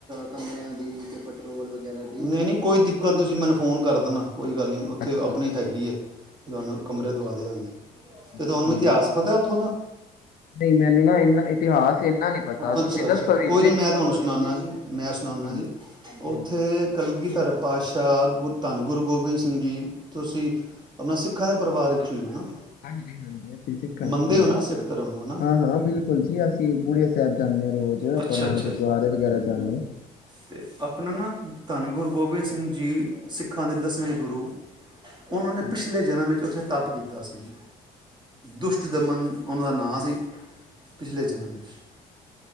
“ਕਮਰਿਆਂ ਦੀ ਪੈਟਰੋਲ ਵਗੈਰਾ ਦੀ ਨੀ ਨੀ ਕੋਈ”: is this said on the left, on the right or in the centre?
Right